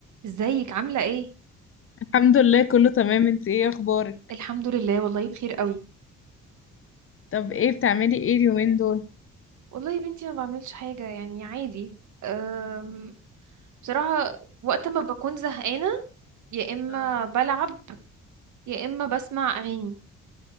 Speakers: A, on the right; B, on the left.
A: ازيك عاملة ايه؟
B: الحمد لله كله تمام انت ايه اخبارك
A: الحمد لله والله بخير قوي
B: طب ايه بتعملي ايه اليومين دول
A: والله يا بنتي ما بعملش حاجة يعني عادي أم... بصراحة وقت ما بكون زهقانة يا اما
B: اه
A: بلعب يا اما بسمع اغاني